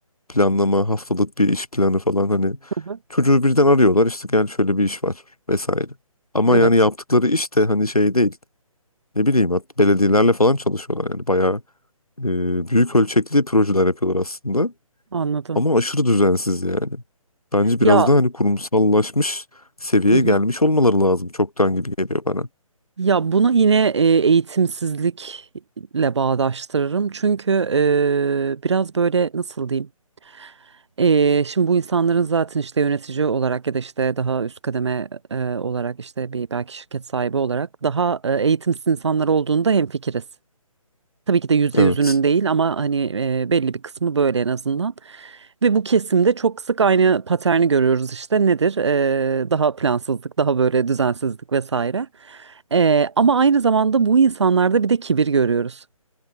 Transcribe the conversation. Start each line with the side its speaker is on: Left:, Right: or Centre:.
Left: planlama, haftalık bir iş planı falan hani
Right: Hı hı.
Left: çocuğu birden arıyorlar işte gel şöyle bir iş var vesaire. Ama
Right: Evet.
Left: yani yaptıkları iş de hani şey değil. Ne bileyim hat belediyelerle falan çalışıyorlar yani bayağı e, büyük ölçekli projeler yapıyorlar aslında.
Right: Anladım.
Left: Ama aşırı düzensiz yani. Bence
Right: Ya
Left: biraz daha hani kurumsallaşmış seviyeye
Right: hı hı.
Left: gelmiş olmaları lazım çoktan gibi geliyor bana.
Right: Ya bunu yine e, eğitimsizlikle bağdaştırırım. Çünkü e, biraz böyle nasıl diyeyim? Ee, şimdi bu insanların zaten işte yönetici olarak ya da işte daha üst kademe e, olarak işte bir belki şirket sahibi olarak daha e, eğitimsiz insanlar olduğunda hemfikiriz. Tabii ki de yüzde
Left: Evet.
Right: yüzünün değil ama hani e, belli bir kısmı böyle en azından. Ve bu kesimde çok sık aynı paterni görüyoruz işte nedir? Ee, daha plansızlık, daha böyle düzensizlik vesaire. Ee, ama aynı zamanda bu insanlarda bir de kibir görüyoruz.